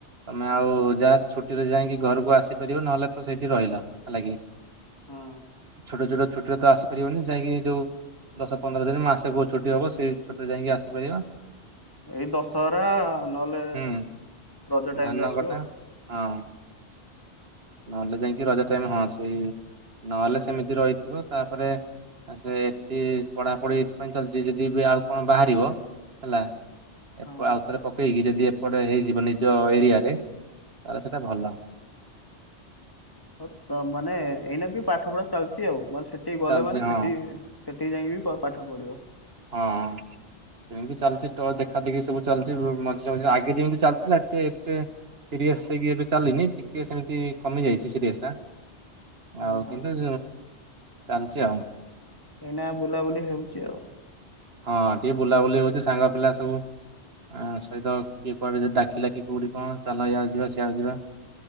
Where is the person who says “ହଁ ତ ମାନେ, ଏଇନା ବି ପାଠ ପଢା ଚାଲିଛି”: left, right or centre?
Left